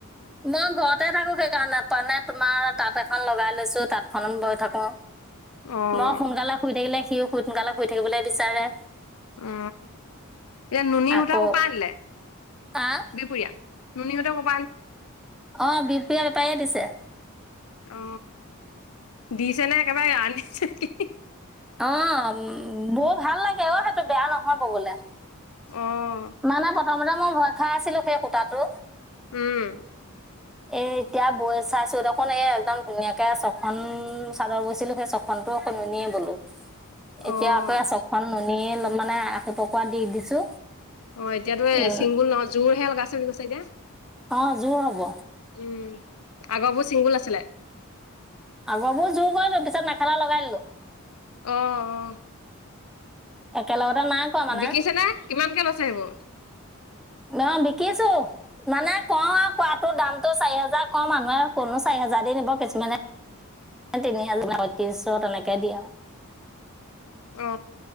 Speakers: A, in the centre; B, on the left.
A: মই ঘৰতে থাকো সেইকাৰণে। নাপ নে তোমাৰ তাঁত এখন লগাই লৈছো তাঁতখনত বৈ থাকো।
B: অ',
A: মই সোনকালে শুই থাকিলে। সিও সোনকালে শুই থাকিবলৈ বিচাৰে।
B: উ এতিয়া নুনী
A: আকৌ
B: সূতা কপ পৰা আনিলে।
A: আহ
B: বিপুৰীয়া। নুীহঁতে ক।
A: অ বিপিয় বেপাৰীয়ে দিছে।
B: অ দিছে নে একেবাৰে আনিছে নে।
A: অ। বৌ ভাল লাগে অ সেইটো বেয়া নহয় বগলে।
B: অ',
A: মানে প। তানে মই ভয় খাই আছিলো সেই কুতাতটো।
B: উম।
A: এ এতিয়া বৈ চাইছো দেখোন এই একদম ধুনীয়াকে ছখন চাদৰ বৈছিলো সেই ছখনতটো সননিয়ে বোলো
B: অ',
A: এতিয়া আকৌ চ খখন নুনিয়ে ল মানে আশি পকা দি দিছো
B: অ এতিয়াাতো
A: উম
B: এই চিংগুল ন জোৰহে লগাইছে বুলি কৈছে চাগা
A: অ জোৰ হব
B: উম আগৰবোৰ চিংগুল আছিলে
A: আগাবোৰ জোৰ গলো পিছত মেখেলা লগাই দিলো
B: অ অ
A: একেলগত এ নাই কোৱা মানে
B: বিকিছে নে কিমানকে লৈছে সেইবোৰ?
A: নহ বিকিছো মানে কওঁ আৰু কোৱাটো দামতটো চাৰি হোজাৰ কওঁ মানুহে কোনো চাৰি হোজাৰ দি নিব কিছুমানে তিনি হোজাৰ বায়ত্ৰিশশ তেনেকে দিয়ে আৰু
B: অ